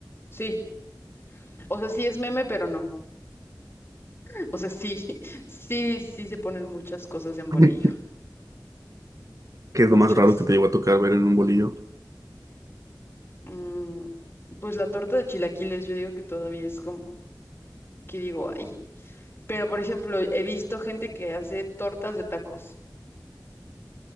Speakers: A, on the left; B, on the right.
A: Sí, o sea, sí es meme, pero no. <laughs> O sea, sí, <laughs> sí, sí se ponen muchas cosas en bolillo,
B: <laughs> Que
A: muchas.
B: es lo más raro que te llegó a tocar ver en un bolillo.
A: Mm, pues la torta de chilaquiles, yo digo que todavía es como, que digo, ay. Pero, por ejemplo, he visto gente que hace tortas de tacos,